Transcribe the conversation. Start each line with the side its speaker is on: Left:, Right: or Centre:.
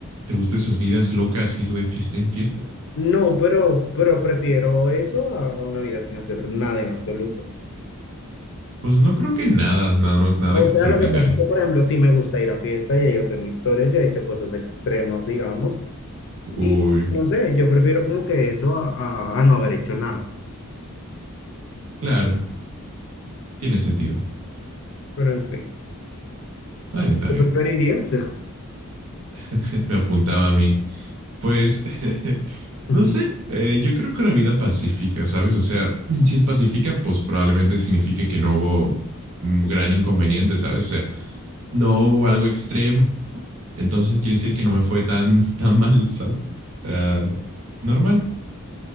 Right: ¿te gustan esas vidas locas ir de fiesta en fiesta?
Left: No, pero, pero prefiero eso a una vida sin hacer nada en absoluto.
Right: Pues no creo que nada, nada más nada
Left: O
Right: extraordinario.
Left: sea, lo que pasa es que, por ejemplo, sí me gusta ir a fiesta y ahí yo tengo historias, yo he hecho cosas extremas, digamos,
Right: Uy,
Left: y no sé, yo prefiero como que eso a, a- a no haber hecho nada.
Right: claro, tiene sentido.
Left: Pero en fin,
Right: Está bien, está
Left: ¿tú
Right: bien.
Left: preferirías?
Right: <laughs> Me apuntaba a mí. Pues, <laughs>
Left: <laughs>
Right: no sé, eh, yo creo que una vida pacífica, ¿sabes? O sea, <clears throat> si es pacífica, pues probablemente signifique que no hubo un gran inconveniente, ¿sabes? O sea, no hubo algo extremo, entonces quiere decir que no me fue tan, <laughs> tan mal, ¿sabes? O sea, normal,